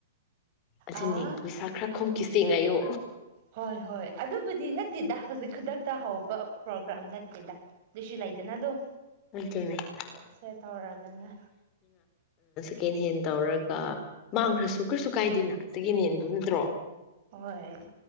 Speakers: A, on the left; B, on the right.
A: ꯑꯗꯨꯅꯦ
B: ꯑꯥ
A: ꯄꯩꯁꯥ ꯈꯔ ꯈꯣꯨꯝꯈꯤꯁꯤꯉꯥꯏꯌꯨ
B: ꯍꯣꯏ ꯍꯣꯏ ꯑꯗꯨꯕꯨꯗꯤ ꯅꯠꯇꯦꯗ ꯍꯧꯖꯤꯛ ꯈꯨꯗꯛꯇ ꯍꯧꯕ ꯄ꯭ꯔꯣꯒ꯭ꯔꯥꯝ ꯅꯠꯇꯦꯗ ꯑꯗꯨꯁꯨ ꯂꯩꯗꯅ ꯑꯗꯨꯝ
A: ꯑꯗꯨꯅꯦ
B: ꯁꯦ ꯇꯧꯔꯒꯅ
A: ꯆꯀꯦꯟ ꯍꯦꯟ ꯇꯧꯔꯒ ꯃꯥꯡꯈ꯭ꯔꯁꯨ ꯀꯩꯁꯨ ꯀꯥꯏꯗꯦꯅ ꯆꯀꯦꯟ ꯍꯦꯟꯗꯨ ꯅꯠꯇ꯭ꯔꯣ
B: ꯍꯣꯏ